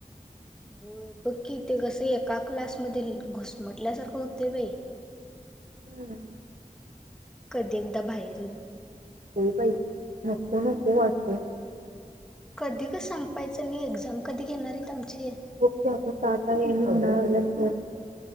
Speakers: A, in the centre; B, on the right.
A: होय बघ की ते कसं एका क्लास मध्ये ल घुसमटल्यासारखं होतंय बाई. <inaudible>
B: हम्म. <inaudible>
A: कधी एकदा बाहेर येईन. <inaudible>
B: होय बाई नको नको वाटतंय. <inaudible>
A: कधी गं संपायचं. आणि एक्झाम कधी घेणार आहेत आमची?
B: बग की आता तारका याय नाही म्हणा लागल्यात.